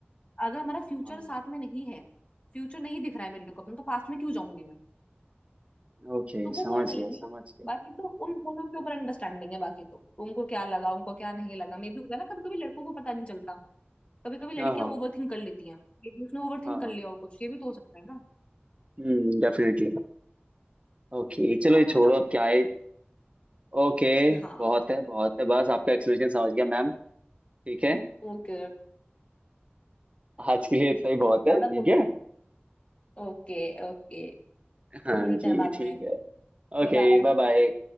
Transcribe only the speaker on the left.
अगर हमारा फ्यूचर
साथ में नहीं है फ्यूचर नहीं दिख रहा है मेरे को अपना तो पास्ट में क्यों जाऊंगी मैं
तो वो
पॉइंट लेनी
है
बाकी तो उन दोनों के ऊपर अंडरस्टैंडिंग है बाकी तो उनको क्या लगा उनको क्या नहीं लगा मे भी होगा ना कभी कभी लड़कों को पता नहीं चलता कभी कभी लड़कियां
ओवर थिंक कर लेती हैं ये भी उसने ओवर थिंक
कर
लिया हो कुछ ये भी तो हो सकता है ना
और
मेरे
को तो लगता
है, हाँ
ओके
ज्यादा
बोल देती
हूँ ओके ओके
मिलते
हैं बाद
में
Bye
bye